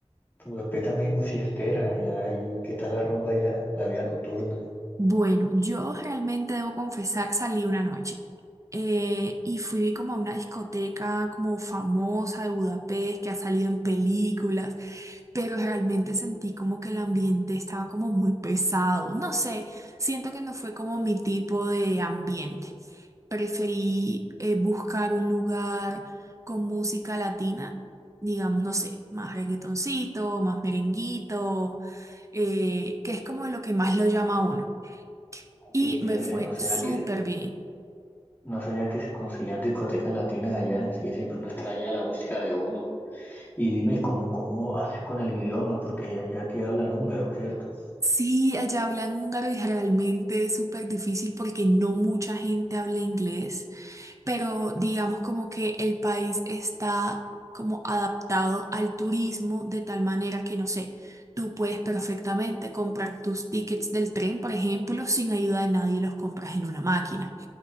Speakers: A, on the left; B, on the right.
A: Budapest también es muy fiestera, allá, y qué tal la rumba allá, la vida nocturna.
B: Bueno, yo realmente debo confesar, salí una noche eh, y fui como a una discoteca como famosa de Budapest que ha salido en películas, pero realmente sentí como que el ambiente estaba como muy pesado. No sé, siento que no fue como mi tipo de ambiente. Preferí eh, buscar un lugar con música latina, digamos, no sé, más reggaetoncito, más merenguito, eh, que es como lo que más lo llama a uno y
A: Qué chévere,
B: me fue
A: no sé
B: súper
A: a qué se-
B: bien.
A: No sabía que se conseguían discotecas latinas allá. Sí, siempre uno extraña la música de uno. Y dime, ¿cómo, cómo haces con el idioma? Porque allá que hablan húngaro, ¿cierto?
B: Sí, allá hablan húngaro y realmente es súper difícil porque no mucha gente habla inglés, pero digamos como que el país está como adaptado al turismo de tal manera que no sé, tú puedes perfectamente comprar tus tickets del tren, por ejemplo, sin ayuda de nadie, los compras en una máquina.